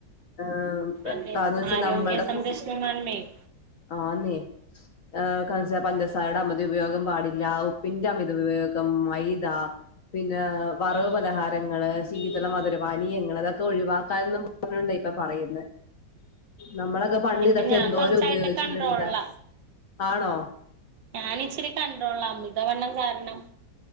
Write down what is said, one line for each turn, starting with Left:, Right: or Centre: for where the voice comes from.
Left: ആം വ്
Right: അതെ
Left: കാരണവെച്ചാ
Right: ആരോഗ്യ
Left: നമ്മുടെ
Right: സംരക്ഷണമാണ്
Left: ഫു
Right: മെയിൻ
Left: ആന്നേ ആ കാണിച്ച പഞ്ചസാരയുടെ അമിത ഉപയോഗം പാടില്ല ഉപ്പിന്റെ അമിത ഉപയോഗം മൈദാ പിന്നെ വറവ്പലഹാരങ്ങള് ശീതള മധുരപാനീയങ്ങൾ അതൊക്കെ ഒഴിവാക്കാൻ നുണ്ടേ ഇപ്പൊപറയുന്ന് നമ്മളൊക്കെ പണ്ട്
Right: ഇപ്പൊ
Left: ഇതൊക്കെ
Right: ഞാൻ
Left: എന്തോരം
Right: കൊറച്ചായിട്ട്
Left: ഉപയോഗിച്ചിട്ടുള്ളതാ
Right: കൺട്രോളിലാ
Left: ആണോ?
Right: ഞാനിച്ചിരി കണ്ട്രോള അമിതവണ്ണം കാരണം